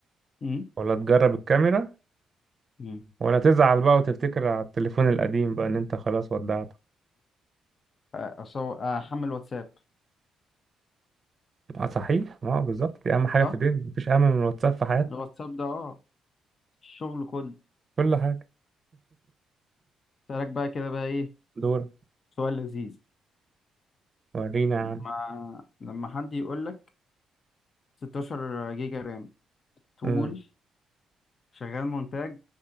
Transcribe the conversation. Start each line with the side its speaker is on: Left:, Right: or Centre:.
Left: امم
Right: ولا تجرب الكاميرا
Left: امم
Right: ولا تزعل بقى وتفتكر على التليفون القديم بقى ان انت خلاص ودعته
Left: اصل <laughs> هو احمل واتساب
Right: اه صحيح اه بالظبط دي اهم حاجه
Left: صح
Right: في الدنيا مفيش اهم من الواتساب في حياتك
Left: الواتساب ده اه الشغل كله
Right: كل حاجه
Left: سألك بقى كده بقى ايه
Right: دورك
Left: سؤال لذيذ
Right: ورينا يا
Left: لما
Right: عم
Left: لما حد يقول لك 16 جيجا رام تقول
Right: امم
Left: شغال مونتاج